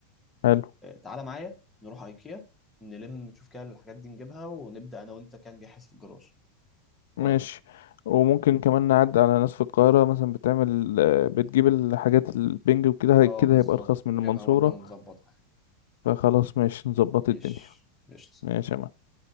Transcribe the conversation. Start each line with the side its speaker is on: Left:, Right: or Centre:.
Left: حلو
Centre: تعالى معايا نروح أيكيا نلم نشوف كده الحاجات دي نجيبها ونبدأ أنا وأنت كان جاهز في الجراج
Left: ماشي
Centre: رأيك؟
Left: وممكن كمان نعدي على ناس في القاهرة مثلا بتعمل آه، بتجيب الحاجات البنج وكده هي-
Centre: أه
Left: كده
Centre: بالظبط
Left: هيبقى ارخص من
Centre: نجيبها
Left: المنصورة
Centre: برضو ونظبطها
Left: فخلاص ماشي نظبط
Centre: ماشي
Left: الدنيا
Centre: قشطة
Left: ماشي يا معلم.